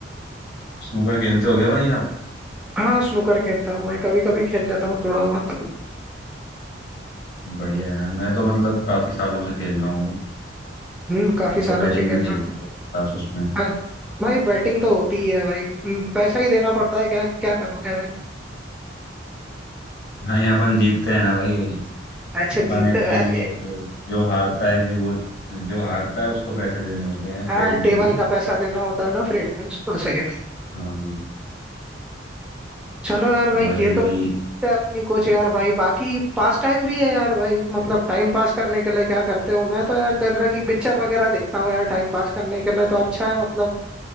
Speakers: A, on the left; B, in the centre.
A: स्नूकर खेलते हो गया भाई आप
B: हाँ स्नूकर खेलता हूँ भाई कभी कभी खेल लेता हूँ थोड़ा बहुत
A: बढ़िया यार मैं तो मतलब काफी सालों से खेल रहा हूँ
B: हम्म काफी
A: मैं
B: सालों
A: तो बैटिंग
B: से खेल
A: भी खेलता
B: रहा हूँ
A: हूँ क्लासेस में
B: हाँ, भाई बैटिंग तो होती ही है भाई हम्म, पैसा ही देना पड़ता है क्या क्या करोगे भाई
A: नहीं अपन जीतते हैं ना भाई
B: अच्छा
A: अपन
B: जीतते
A: एक
B: हो,
A: तो लूज
B: अरे
A: जो हारता है कि वो जो हारता है उसको पैसे देने होते हैं
B: हाँ
A: फ्रेम के
B: टेबल
A: भी
B: का पैसा देना होता है ना फ्रेम के उसको सही है
A: हाँ
B: चलो यार भाई
A: तो वही
B: ये तो
A: वही
B: है अपनी कुछ यार भाई बाकी पास टाइम भी है यार भाई मतलब टाइम पास करने के लिए क्या करते हो मैं तो यार जनरली पिक्चर वगैरह देखता हूँ यार टाइम पास करने के लिए तो अच्छा है मतलब